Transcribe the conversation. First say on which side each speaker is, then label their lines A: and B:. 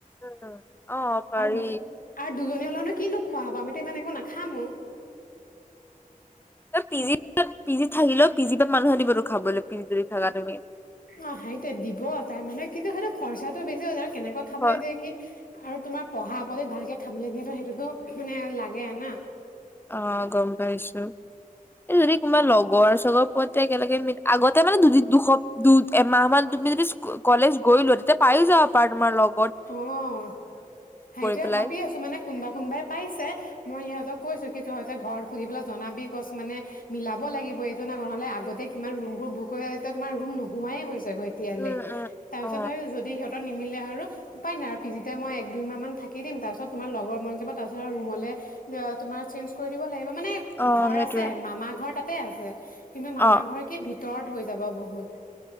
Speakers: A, on the left (about 15°); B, on the left (about 80°).
A: উ অ' পাৰি।
B: আৰু আৰু দুজনী হ'লে মানো কিনো খোৱা হ'ব আমিতো ইমান একো নাখামো।
A: স পিজিত পিজিত থাকিলেও পিজিত মানুহ দিব আৰু খাবলৈ পিজিত যদি থাকা তুমি।
B: অ' সেইটো দিব তাৰ মানে কিন্তু সেইটো খৰচাটো বেছি হৈ কেনেকুৱা খাবলৈ
A: হয়
B: দিয়ে কি আৰু তোমাৰ পঢ়া শনিত ভালকে খাবলৈ দিয়াতটো সেইটোতো মানে লাগে না।
A: অ' গম পাইছোঁ এই যদি তোমাৰ লগৰ চগৰ আতে একেলগে ম আগতে মানে দুদ দুশপ দু এমাহ মান তুমি যদি কলেজ গৈলো তেতিয়া পাইও যাব পাৰা তোমাৰ লগ।
B: অ' সেইটোয়ে
A: পেলাই
B: ভাবি আছো মানে কোনোবা কোনোবাই পাইছে মই ইহঁতক কৈছো। তহঁতে ঘৰত সুধি পেলাই জনাবি কছ মানে মিলাব লাগিব এইটো ন নহ'লে আগতে কিমান ৰুম বোৰ বুক কৰি তেতিয়া তোমাৰ ৰুম নোহোৱাই হৈছে। হ এতিয়ালৈ
A: উম উম
B: তাৰপিছত
A: অ
B: ভাবো যদি সিহ নিমিলে আৰু উপায় নাই আৰু পিজিতে মই এক দুইমাহ মান থাকি দিম তাৰপিছত তোমাৰ লগৰ মন যাব তাৰপিছ ৰুমলৈ তোমাৰ চেঞ্জ কৰি দিব লাগিব। মানে
A: অ
B: ঘৰ
A: সেইটোৱে
B: আছে মামা ঘৰ ত ততে আছে। কিন্তু মামা
A: অ
B: ঘৰ কি তট হৈ যাব বহুত।